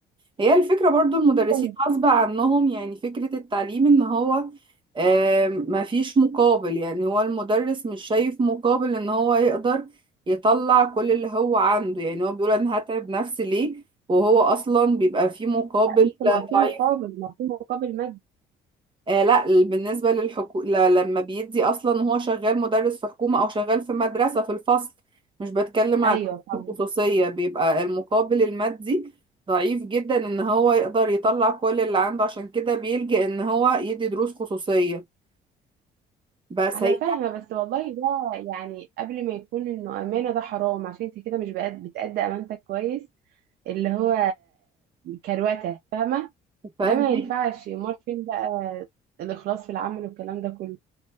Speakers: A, on the right; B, on the right.
A: هي الفكرة برضو المدرسين
B: لا،
A: غصب عنهم يعني فكرة التعليم ان هو ما فيش مقابل يعني هو المدرس مش شايف مقابل ان هو يقدر يطلع كل اللي هو عنده يعني هو بيقول انا هتعب نفسي ليه وهو اصلا بيبقى فيه مقابل
B: بس ما في
A: ضعيف
B: مقابل ما في مقابل مادي
A: آه لا بالنسبة للحكو... ل- لما بيدي أصلا وهو شغال مدرس في حكومة أو شغال في مدرسة في الفصل مش بتكلم عن
B: ايوه فاهمه
A: الخصوصية بيبقى المقابل المادي ضعيف جدا إن هو يقدر يطلع كل اللي عنده عشان كده بيلجأ إن هو يدي دروس خصوصية بس
B: انا
A: هي
B: فاهمه بس والله ده يعني قبل ما يكون انه امانه ده حرام عشان انت كده مش بقد- بتأدي امانتك كويس اللي هو كروته فاهمه
A: فاهمك
B: ده ما ينفعش امال فين بقى الاخلاص في العمل والكلام ده كله